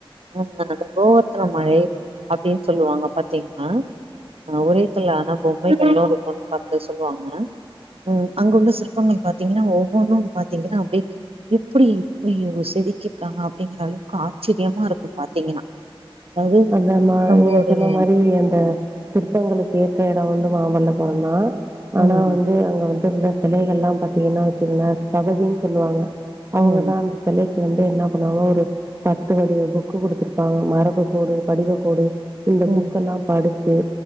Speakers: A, on the right (about 80°); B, on the right (about 30°).
A: உஹம் அந்த கோவரத்தன மழை அப்படின்னு சொல்லுவாங்க பாத்தீங்கன்னா ஒரே கல்ல ஆனா பொம்மைக்கல்ல இருக்கும்ன்னு பாத்து சொல்லுவாங்க உம் அங்க உள்ள சிற்பங்கள் பாத்தீங்கன்னா ஒவ்வொன்னும் பாத்தீங்கன்னா அப்டி எப்படி இப்ப ய செதுக்கிருக்காங்க அப்படிங்கற அளவுக்கு ஆச்சரியமா இருக்கும் பாத்தீங்கன்னா அதாவது
B: அந்த மா
A: நம்மளுடைய
B: நீங்க சொன்ன மாரி அந்த பங்களுக்கு ஏற்ற இடம் வந்து மாமல்லபுரம் தான் ஆனா
A: ம்
B: வந் து அங்க வந்து உள்ள சிலைகள் எல்லாம் பாத்தீங்கன்னா வச்சுகுங்க தவதின்னு
A: ம்
B: சொல்லுவாங்க
A: ம்
B: அவங்கதான் அந்த சிலைக்கு வந்து என்ன பண்ணுவாங்க ஒரு பத்து வடிவ புக்கு கொடுத்துருப்பாங்க மரபு கோடு படிவ கோடு இந்த
A: ம்
B: புக்கெல்லாம் படிச்சு